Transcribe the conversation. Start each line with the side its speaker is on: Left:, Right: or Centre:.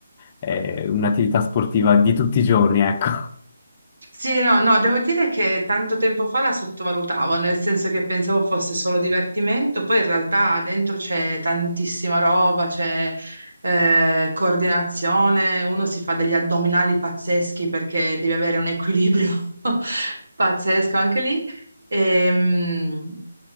Left: è un'attività sportiva di tutti i giorni, ecco.
Right: Sì, no, no, devo dire che tanto tempo fa la sottovalutavo, nel senso che pensavo fosse solo divertimento, poi in realtà dentro c'è tantissima roba, c'è eh, coordinazione, uno si fa degli addominali pazzeschi perché devi avere un equilibrio <laughs> pazzesco anche lì. Ehm,